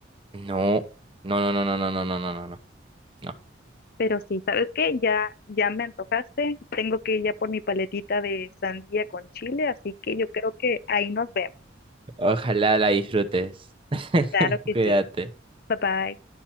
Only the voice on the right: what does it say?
No, no, no, no, no, no, no, no, no, no. no. No.
Ojalá la disfrutes. <laughs>
Cuídate.